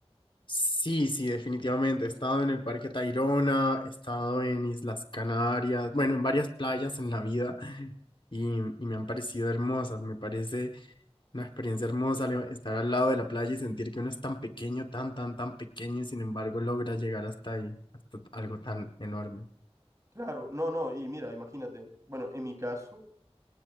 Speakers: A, on the left; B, on the right.
A: Sí, sí, definitivamente. He estado en el Parque Tayrona, he estado en Islas Canarias, bueno, en varias playas en la vida y, y me han parecido hermosas. Me parece una experiencia hermosa le- estar al lado de la playa y sentir que uno es tan pequeño, tan, tan, tan pequeño y sin embargo logra llegar hasta ahí, hasta algo tan enorme.
B: Claro, no, no, y mira, imagínate, bueno, en mi caso,